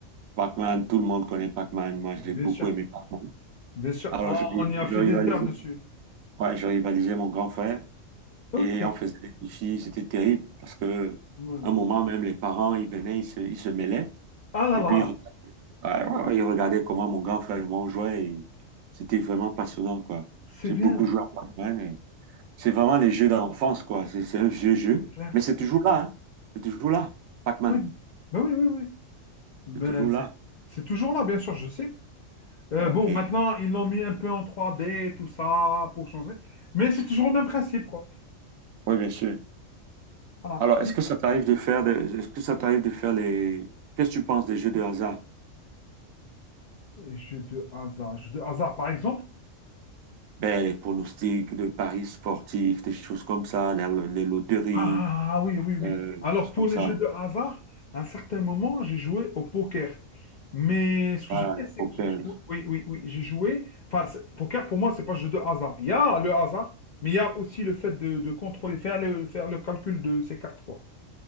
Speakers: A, on the right; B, on the left.
A: Pac-Man, tout le monde connaît Pac-Man. Moi, j'ai
B: Bien
A: beaucoup
B: sûr,
A: aimé Pac-Man.
B: bien sûr.
A: Alors,
B: Ah,
A: je,
B: on y
A: je
B: a fait
A: rivalisais,
B: des heures dessus.
A: ouais, je rivalisais mon grand frère.
B: Ok.
A: Et on faisait des défis, c'était terrible parce que
B: Hmm.
A: un moment même les parents ils venaient, ils se, ils se mêlaient
B: Ah là
A: et
B: là,
A: puis ils, re- ouais, ouais, ouais, ils regardaient comment mon grand frère et moi on jouait et c'était vraiment passionnant quoi.
B: c'est
A: J'ai
B: bien,
A: beaucoup joué à Pac-Man et c'est vraiment les jeux d'enfance quoi. C'est c'est un vieux jeu
B: c'est clair.
A: mais c'est toujours là hein. C'est toujours là. Pac-Man,
B: Oui, ben oui, oui, oui. Ben,
A: c'est toujours
B: c'est
A: là.
B: c'est toujours là, bien sûr, je sais. Euh,
A: Ah,
B: bon,
A: OK.
B: maintenant, ils l'ont mis un peu en 3D, tout ça, pour changer. Mais c'est toujours le même principe, quoi.
A: Oui, bien sûr.
B: Voilà.
A: Alors,
B: Les-
A: est-ce que ça t'arrive de faire des- est-ce que ça t'arrive de faire les qu'est-ce que tu penses des jeux de hasard?
B: les jeux de hasard. Jeux de hasard, par exemple.
A: ben, les pronostics de paris sportifs, des choses comme ça, la- les, loteries,
B: Ah oui, oui, oui.
A: euh, des
B: Alors,
A: choses
B: pour
A: comme
B: les
A: ça.
B: jeux de hasard, à un certain moment, j'ai joué au poker. Mais ce que
A: Voilà,
B: j'ai fait,
A: les
B: c'est
A: poker.
B: que j'ai joué. Oui, oui, oui. J'ai joué. Enfin, c'est- poker, pour moi, c'est pas un jeu de hasard. Il y a le hasard, mais il y a aussi le fait de, de contrôler, faire le, faire le calcul de ses cartes, quoi.